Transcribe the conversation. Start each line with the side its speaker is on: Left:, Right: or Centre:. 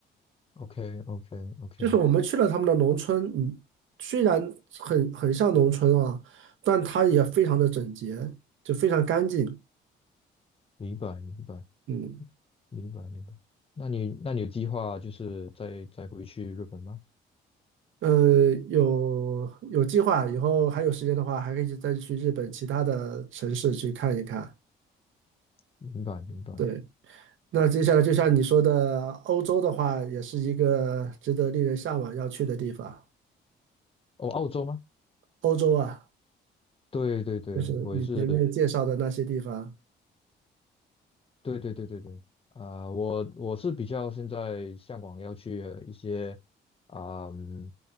Left: ？OK OK OK，
Right: 就是我们去了他们的农村，嗯，虽然很很像农村啊，但它也非常的整洁，就非常干净，
Left: 明白明白
Right: 嗯。
Left: 明白明白。那你那你有计划就是再再回去日本吗？
Right: 呃，有有计划，以后还有时间的话，还可以再去日本其他的城市去看一看。
Left: 明白明白。
Right: 对，那接下来就像你说的，欧洲的话，也是一个值得令人向往要去的地方。
Left: 哦，澳洲吗？
Right: 欧洲啊，
Left: 对对对，
Right: 就是你前面介绍的那些地方。
Left: 我也是对对对对对，啊、我我是比较现在向往要去呃一些啊、嗯